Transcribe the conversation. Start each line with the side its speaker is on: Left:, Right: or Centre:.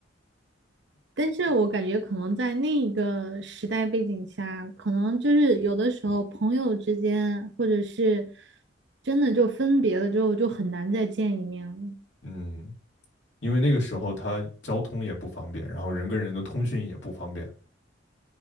Right: 但是我感觉可能在那一个时代背景下，可能就是有的时候朋友之间，或者是真的就分别了之后，就很难再见一面了。
Left: 嗯，因为那个时候它交通也不方便，然后人跟人的通讯也不方便。